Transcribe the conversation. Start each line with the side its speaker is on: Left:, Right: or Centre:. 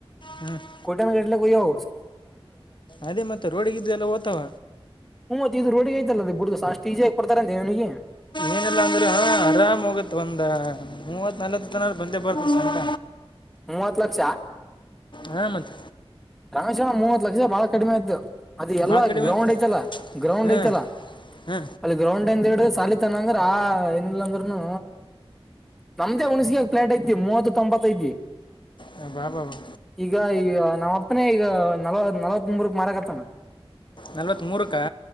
Left: ಹ್ಮ <inaudible>
Centre: ಕೊಟ್ಯಾನ್ ಗಟ್ಲೆ ಹೋಗ್ಯಾವ
Left: ಅದೇ ಮತ್ತೆ ರೋಡಿಗೆ ಇದ್ವ ಎಲ್ಲ ಓತ್ತಾವ
Centre: ಹ್ಮ್ತ ಇದು ರೋಡಿಗ ಐತಿ ಅದು ಬಿಡ್ಡುು ಅಷ್ಟ ಈಜಿ ಆಗಿ ಕೊಡ್ತ ಅೇವನಿಗೆ
Left: ಏನೆಲ್ಲಾ ಅಂದ್ರೆ ಆರಾಮ ಹೊಗತ್ ಒಂದ ಮೂವತ್ ನಲ್ವತ್ ಜನ ಬಂದೆ ಬರ್ತ ಸಂತ
Centre: ಮೂವತ್ ಲಕ್ಷ
Left: ಹಾ ಮತ್ತ್
Centre: ಕಾಣೆಶಣ್ಣ ಮೂವತ್ ಲಕ್ಷ ಬಾಳ ಕಡಿಮೆ ಆಯ್ತು. ಅದ ಎಲ್ಲಾ
Left: ಭಾಳ ಕಡಿಮೆ
Centre: ಗ್ರೌಂಡ್
Left: ಆಯ್ತು
Centre: ಐತಲ್ಲ ಗ್ರೌಂಡ್
Left: ಹಾ
Centre: ಐತಲ್ಲ
Left: ಹಾ
Centre: ಅಲ್ಲಿ ಗ್ರೌಂಡ್ ಹಿಡಿದು ಸಾಲಿತನ್ ಅಂದ್ರ ಆ ಏನಿಲ್ಲ ಅಂದ್ರನು ನಮ್ದೆ ಹುಣಸೇಗ್ಯಾಗ್ ಪ್ಲಾಟ್ ಐತಿ ಮೂವತ್ತು ತೊಂಬತ್ತೈಐತಿ.
Left: ಹಾ ಬಾ ಬಾ ಬಾ
Centre: ಈಗ ಈಗ ನಮ್ಮ ಅಪ್ಪನ ಈಗ ನಲ್ವತ್ ನಲವತ್ ಮೂರಕ್ ಮಾರಕತ್ತಾನ
Left: ನಲ್ವತ್ತ್ಮೂರಕ್ಕಾ